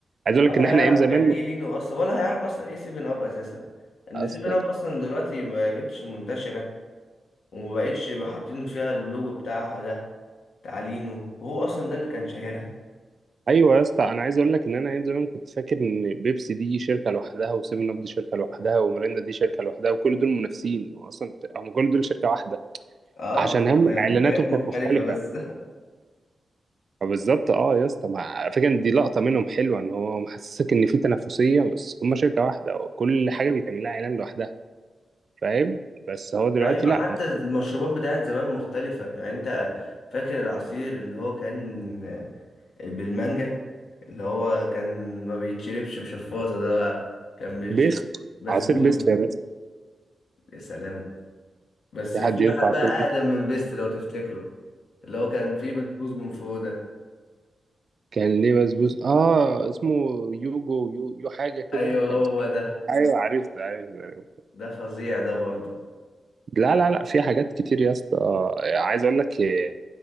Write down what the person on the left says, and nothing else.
ولا
هيعرف
يعني ايه لينو اصلا ولا هيعرف اصلا ايه سيفن اب اساسا ان
سيفن اب اصلا دلوقتي مبقتش منتشره ومبقتش حاطين فيها اللوجو بتاعها ده تعليمه هو اصلا ده اللي كان شاهرها
اه
بس
منتجات
مختلفة
بس
<laughs>
ايوه
حتى
المشروبات بتاعت زمان مختلفة يعني انت فاكر العصير اللي هو كان بالمانجا اللي هو كان ما بيتشربش بشفاطة ده بقى كان بيتشرب
بسبوس
يا سلام بس
في
واحد
بقى
اقدم من بيست لو تفتكره اللي هو كان فيه بسبوس من فوق ده
ايوه هو
ده
ده فظيع ده برضه